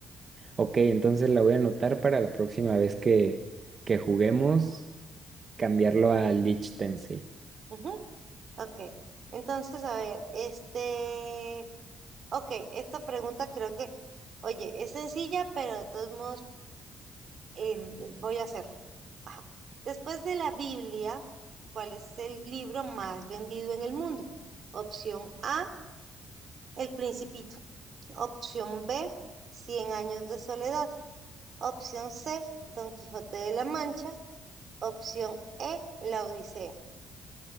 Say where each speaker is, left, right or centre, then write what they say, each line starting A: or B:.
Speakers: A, on the right (about 40°); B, on the right (about 55°).
A: ok, entonces la voy a anotar para la próxima vez que, que juguemos, cambiarlo a Liechtenstein.
B: Ujú, ok. Entonces, a ver, este, ok, esta pregunta creo que, oye, es sencilla, pero de todos modos em, voy a hacerla. Ajá. Después de la Biblia, ¿cuál es el libro más vendido en el mundo? Opción A. El Principito. Opción B, Cien años de soledad. Opción C, Don Quijote de la Mancha. Opción E, La Odisea.